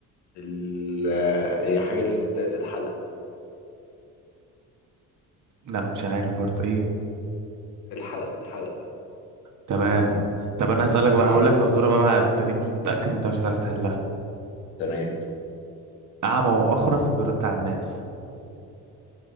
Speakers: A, on the left; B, on the right.
A: ال... آه، هي حاجه للستات الحلق
B: لا مش عارف برضه ايه
A: الحلق الحلق
B: تمام طب انا هسألك
A: تمام
B: بقى هقول لك فزورة بقى, بقى انت دي مش متأكد انت مش هتعرف تحلها
A: تمام
B: أعمى وأخرس وبيرد على الناس